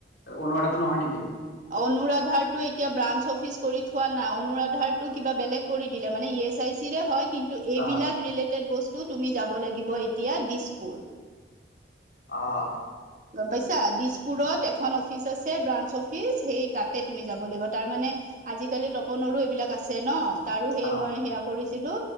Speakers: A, on the left (about 75°); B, on the right (about 45°).
A: অনুৰাধাটো নহয় নেকি?
B: অনুৰাধাটো এতিয়া ব্ৰাঞ্চ অফিচ কৰি থোৱা নাই, অনুৰাধাৰটো কিবা বেলেগ কৰি দিলে। মানে ই এছ আই চিৰে হয় কিন্তু এইবিলাক
A: অঁ
B: ৰিলেটেড বস্তু টো তুমি যাব লাগিব এতিয়া দিছপুৰ।
A: আহ।
B: গম পাইছা? দিছপুৰত এখন অফিচ আছে ব্ৰাঞ্চ অফিচ সেই তাতে তুমি যাব লাগিব। তাৰ মানে আজিকালি তপনৰো এইবিলাক আছে ন? তাৰো সেই
A: অঁ
B: মই সেয়া কৰিছিলো